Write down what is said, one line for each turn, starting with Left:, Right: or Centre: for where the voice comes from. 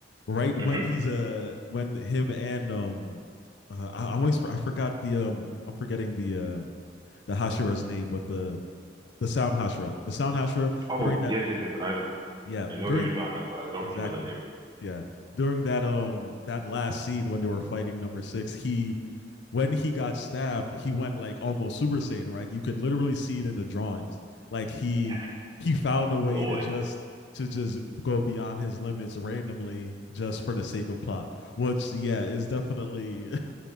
Left: right when
Right: hmm
Left: he's uh when him and um uh, I, I always I forgot the um I'm forgetting the uh the Hashira's name with the the sound Hashira. The sound Hashira
Right: Oh,
Left: during that
Right: yes, yes, yes. I
Left: yeah,
Right: I know
Left: during
Right: who you're talking about. I don't
Left: Exactly.
Right: remember the name.
Left: Yeah. During that um that last scene when they were fighting number six, he when he got stabbed, he went like almost Super Saiyan, right? You could literally see it in the drawings. Like he
Right: Yeah,
Left: he found a way
Right: Gloy.
Left: to just to just go beyond his limits randomly just for the sake of plot. Which yeah, is definitely